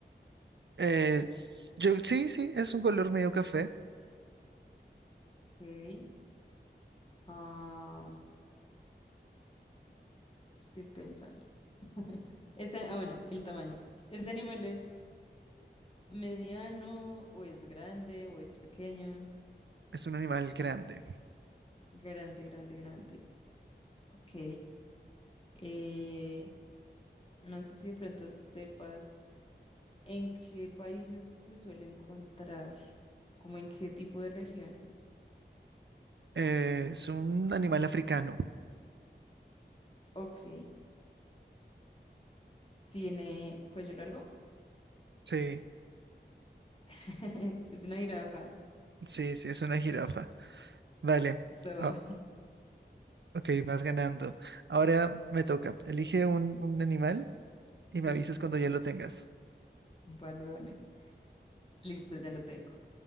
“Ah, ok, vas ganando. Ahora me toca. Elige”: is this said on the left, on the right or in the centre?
Right